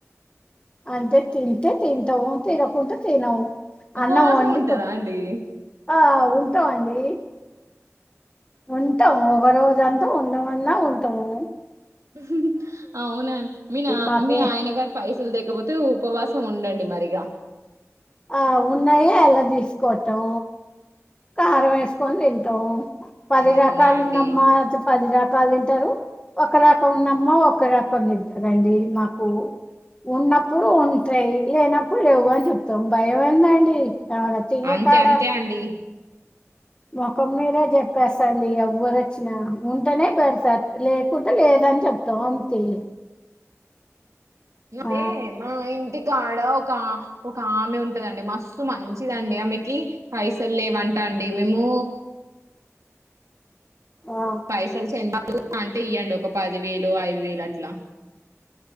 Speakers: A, on the left; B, on the right.
A: అంతే తింటే తింటాము తినకుంటె తినము
B: ఉపవాసం
A: అన్నం వండి
B: ఉంటారా అండి
A: ఆ ఉంటామండి ఉంటాం ఒకరోజంత ఉండమన్నా ఉంటము
B: హ్మ్ హ్ అవునా మీ నా
A: మాకే
B: మీ ఆయన గారు పైస్ లు తేకపోతే ఉపవాసం ఉండండి మరి ఇగా
A: ఆ ఉన్నాయి అలా తీసుకోటం కారం వేసుకొని తింటాం పది
B: అవునా
A: రకాలు
B: అండి
A: నమ్మ అది పదిరక్ కాలు తింటారు ఒక రకం ఉన్నమ్మా ఒక రకం తింటారండి మాకు ఉన్నప్పుడు ఉంటాయి లేనప్పుడు లేవు అని చెప్తాం భయం ఎందండి అవున తినేకాడా
B: అంతే అంతే అండి
A: ముఖం మీదే చెప్పేస్తండి ఎవ్వరోచ్చినా ఉంటనే పెడతారు లేకుంటే లేదు అని చెప్తాము అంతే
B: ఐతే
A: ఆ
B: మా ఇంటి ఆడ ఒక ఒక ఆమె ఉంటదండి మస్స్తు మంచిదండి ఆమెకి పైసలు లేవంట అండి మేము
A: ఆ
B: పైసలు చందాలు అంటే ఇయ్యండి ఒక పది వేలు ఐదు వేలు అట్లా